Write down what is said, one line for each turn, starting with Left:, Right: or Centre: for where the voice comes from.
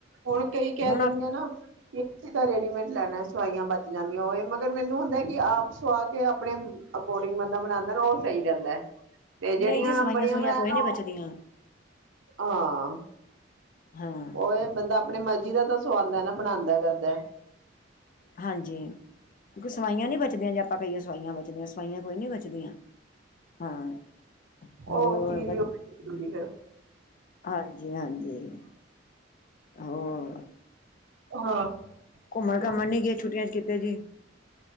Right: ਹੁਣ ਕਈ ਕਹਿ
Left: ਹੁਣ
Right: ਦੇਣਗੇ ਨਾ ਅਸੀ ਤਾਂ ਰੈਡੀਮੇਡ ਲੈਣਾ ਸਵਾਈਆਂ ਬਚ ਜਾਂਦੀਆਂ ਹੋਵੇ ਮਗਰ ਮੈਨੂੰ ਹੁੰਦਾ ਕਿ ਆਪ ਸਵਾ ਕੇ, ਆਪਣੇ ਅਕੋਰਡਿੰਗ ਬੰਦਾ ਬਣਾਉਂਦਾ ਨਾ, ਉਹ ਸਹੀ ਰਹਿੰਦਾ ਤੇ ਜਿਹੜੀਆਂ
Left: ਨਹੀਂ ਜੀ ਸਵਾਈਆਂ
Right: ਬਣੀਆਂ
Left: ਸਵੂਈਆਂ
Right: ਬਣਾਆ
Left: ਕੋਈ
Right: ਨਾ
Left: ਨੀ ਬਚਦੀਆਂ
Right: ਉਹ, ਹਾਂ
Left: ਹਾਂ
Right: ਉਹ ਬੰਦਾ ਆਪਣੀ ਮਰਜੀ ਦਾ ਤਾਂ ਸਵਾੳਦਾ ਹੈ ਨਾ ਬਣਾਉਂਦਾ ਕਰਦਾ।
Left: ਹਾਂਜੀ, ਕਿਉਂਕਿ ਸਵਾਈਆਂ ਨੀ ਬਚਦੀਆਂ ਜੇ ਆਪਾਂ ਕਹੀਏ ਸਵਾਈਆਂ ਬਚਦੇ ਹ ਸਵਾਈਆਂ ਕੋਈ ਨੀ ਬਚਦੀਆਂ। ਹਾਂ-
Right: ਉਹ
Left: ਹੋਰ
Right: ਚੀਜ਼
Left: ਵ, ਹ
Right: ਫਿਰ
Left: ਹਾਂਜੀ ਹਾਂਜੀ ਹੋਰ,
Right: ਹਾਂ
Left: ਘੁੰਮਣ
Right: ਹਮ
Left: ਘਮਣ ਨੀ ਗਏ ਛੁੱਟੀਆਂ ਚ ਕਿਤੇ ਜੀ?